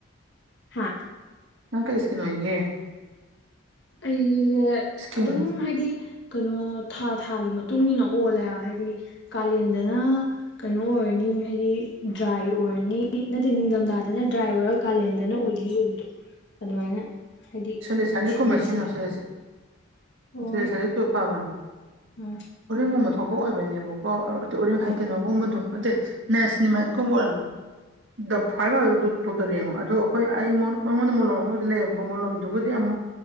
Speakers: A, on the left (about 55°); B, on the right (about 65°).
A: ꯍꯥ
B: ꯅꯪ ꯀꯔꯤꯀꯦ ꯅꯣꯦ
A: ꯑꯩ
B: ꯏꯁꯀꯤꯟ
A: ꯑꯗꯨꯝ ꯍꯥꯏꯗꯤ ꯀꯩꯅꯣ ꯊꯥ ꯊꯥꯒꯤ ꯃꯇꯨꯡ ꯏꯟꯅ ꯑꯣꯜꯂꯦꯕ ꯍꯥꯏꯗꯤ ꯀꯥꯂꯦꯟꯗꯅ ꯀꯩꯅꯣ ꯑꯣꯏꯔꯅꯤ ꯍꯥꯏꯗꯤ ꯗ꯭ꯔꯥꯏ ꯑꯣꯏꯔꯅꯤ ꯅꯠꯇꯦ ꯅꯤꯡꯊꯝꯊꯥꯗꯅ ꯗ꯭ꯔꯥꯏ ꯑꯣꯏꯔꯛ ꯀꯥꯂꯦꯟꯗꯅ ꯑꯣꯏꯜꯂꯤ ꯑꯣꯏꯕꯗꯣ ꯑꯗꯨꯃꯥꯏꯅ ꯍꯥꯏꯗꯤ
B: ꯁꯣꯂꯦꯁꯂꯦꯛ
A: ꯁꯤꯖꯟ
B: ꯀꯨꯝ ꯁꯤꯅꯣ
A: ꯁꯤꯖꯟ
B: ꯁꯦ
A: ꯑꯣ
B: ꯁꯂ ꯁꯥꯂꯦ ꯀꯨ ꯐꯕꯅꯤ
A: ꯎꯝ
B: ꯎꯔꯤꯡꯒꯨꯝꯕ ꯊꯣꯛꯄ ꯑꯣꯏꯕꯅꯦꯕꯀꯣ ꯎꯔꯤꯡ ꯍꯩ
A: ꯑꯥ
B: ꯀꯩꯅꯣꯒꯨꯝꯕꯗꯣ ꯑ ꯅꯦꯁꯅꯤ ꯃꯥꯥꯏ ꯀꯨꯝꯕ ꯗ ꯐꯥꯏꯕꯇꯔ ꯌꯦꯡꯉꯣ ꯑ ꯑꯩꯈꯣꯏ ꯑꯩ ꯃꯉꯣꯟꯗ ꯃꯣꯂꯣꯝ ꯑꯃꯗꯤ ꯂꯩꯌꯦꯕꯀꯣ ꯃꯣꯂꯣꯝꯗ ꯌꯕꯗꯤ ꯌꯥꯝ ꯑꯃ